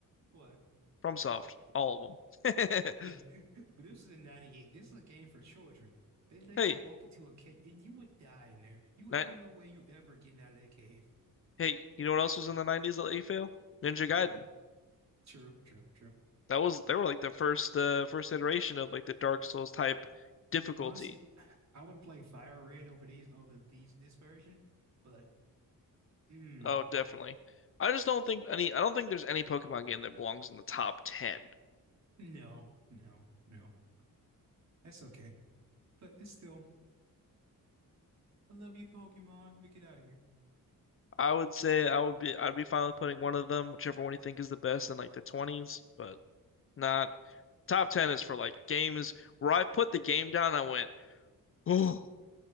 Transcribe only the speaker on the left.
FromSoft, all of them.
<laughs>
Hey,
ni-
hey, you know what else was in the 90s that let you fail? Ninja Gaiden.
That was they were like the first uh first iteration of like the Dark Souls type difficulty.
Oh, definitely. I just don't think any I don't think there's any Pokemon game that belongs in the top 10.
I would say I would be I'd be fine with putting one of them, whichever one you think is the best in like the 20s, but not top 10 is for like games where I put the game down and I went, <gasps> "Oh,